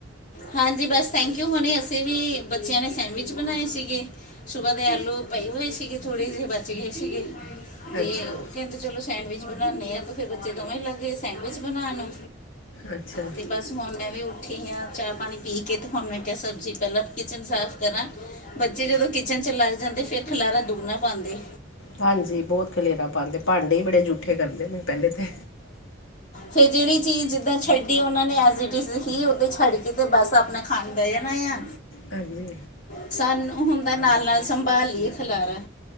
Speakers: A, on the left; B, on the left.
A: ਹਾਂਜੀ ਬਸ ਥੈਂਕ ਜੂ ਹੁਣੀ ਅਸੀਂ ਵੀ ਬੱਚਿਆਂ ਨੇ ਸੈਂਡਵਿਚ ਬਣਾਏ ਸੀਗੇ। ਸੁਬਾਹ ਦੇ ਆਲੂ ਪਏ ਹੋਏ ਸੀਗੇ ਥੋੜੇ ਜਿਹੇ ਬਚ ਗਏ ਸੀਗੇ ਤੇ
B: ਅੱਛਾ
A: ਉਹ ਕਹਿੰਦੇ ਚਲੋ ਸੈਂਡਵਿਚ ਬਣਾਉਦੇ ਆ ਤ ਫਿਰ ਬੱਚੇ ਦੋਵੇਂ ਲੱਗੇਏ ਸੈਂਡਵਿਚ ਬਣਾਉਣ
B: ਅੱਛਾ
A: ਤੇ ਬਸ ਹੁਣ ਮੈਂ ਵੀ ਉੱਠੀ ਆ ਚਾਹ ਪਾਣੀ ਪੀ ਕੇ ਅਤੇ ਹੁਣ ਮੈਂ ਕਿਹਾ ਸਬਜ਼ੀ ਪਹਿਲਾਂ ਕਿਚਨ ਸਾਫ਼ ਕਰਾਂ। ਬੱਚੇ ਜਦੋਂ ਕਿਚਨ ਚ ਲੱਗ ਜਾਂਦੇ ਫਿਰ ਖਿਲਾਰਾ ਦੁਗਣਾ ਪਾਉਂਦੇ।
B: ਹਾਂਜੀ ਬਹੁਤ ਖਲੇਰਾ ਪਾਉਂਦੇ, ਭਾਂਡੇ ਬੜੇ ਜੂਠੇ ਕਰਦੇ ਨੇ ਪਹਿਲੇ ਤਾਂ।
A: ਫੇਰ ਜਿਹੜੀ ਚੀਜ਼ ਜਿੱਦਾਂ ਛੱਡੀ ਉਹਨਾਂ ਨੇ ਐਸ ਦੀ ਇਜ਼ ਕੀ ਓਦਾ ਛੱਡ ਕੇ ਤੇ ਬਸ ਆਪਣਾ ਖਾਣ ਦਏ ਆ।
B: ਹਾਂਜੀ।
A: ਸਾਨੂੰ ਹੁੰਦਾ ਨਾਲ ਨਾਲ ਸੰਭਾਲ ਲਈਏ ਖਿਲਾਰਾ।